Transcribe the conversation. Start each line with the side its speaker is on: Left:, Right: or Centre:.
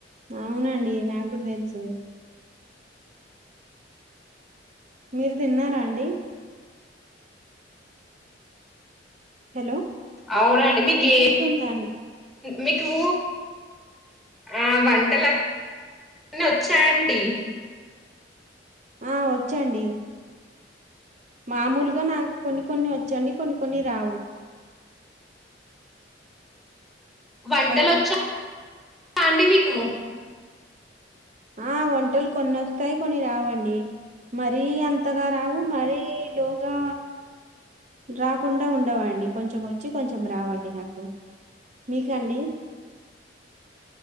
Right: అవునండి నాకు కూడా తెచ్చు మీరు తిన్నారా అండి హలో
Centre: అవునండి మీకు
Right: వినిపిస్తుందా అండి
Centre: మీకు ఆ వంటలు అన్ని వచ్చా అండి
Right: ఆ వచ్చు అండి మామూలుగా నాకు కొన్ని కొన్ని వచ్చండి కొన్ని కొన్ని రావు
Centre: వంటలొచ్చా
Right: హలో
Centre: అండి మీకు
Right: ఆ వంటలు కొన్ని వస్తాయి కొని రావండి మరీ అంతగా రావు మరీ లోగా రాకుండా ఉండవండి కొంచెం వచ్చు కొంచెం రావండి నాకు మీకాండి